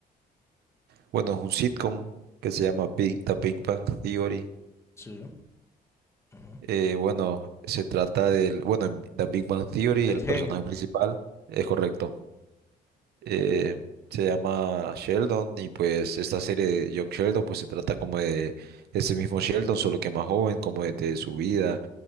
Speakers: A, on the right; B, on the left.
A: Bueno, es un sitcom que se llama Big, The Big Bang Theory.
B: Sí. ujú.
A: Eh, bueno, se trata del, bueno, en The Big Bang Theory,
B: Del
A: el
B: genio.
A: personaje principal, es correcto. eh, se llama Sheldon y pues esta serie de Young Sheldon pues se trata como de ese mismo Sheldon, solo que más joven, como desde su vida,